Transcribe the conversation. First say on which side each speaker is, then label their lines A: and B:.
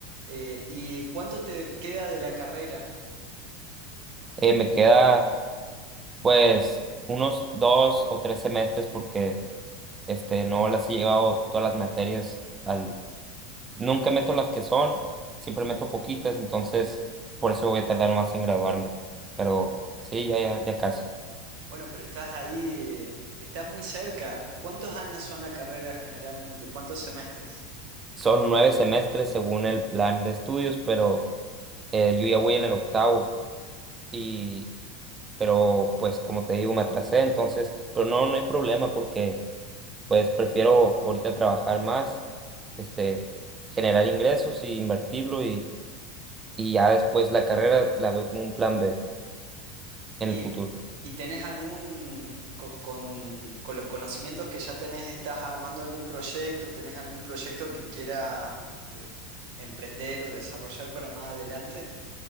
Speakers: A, on the right (about 60°); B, on the right (about 20°).
A: Eh, ¿y cuánto te queda de la carrera?
B: Eh, me queda pues unos dos o tres semestres porque este, no las he llevado todas las materias al... Nunca meto las que son, siempre meto poquitas, entonces por eso voy a tardar más en graduarme. Pero sí, ya, ya, ya casi.
A: Bueno, pero estás ahí, eh, estás muy cerca. ¿Cuántos años son la carrera generalmente? ¿Cuántos semestres?
B: Son nueve semestres según el plan de estudios, pero eh, yo ya voy en el octavo. y pero pues como te digo me atrasé entonces pero no no hay problema porque pues prefiero ahorita trabajar más este generar ingresos y invertirlo y y ya después la carrera la veo como un plan B en
A: ¿Y,
B: el
A: es-
B: futuro
A: y tenés algún, co- con, con los conocimientos que ya tenés, estás armando algún proyecto, tenés algún proyecto que quieras eh, emprender o desarrollar para más adelante?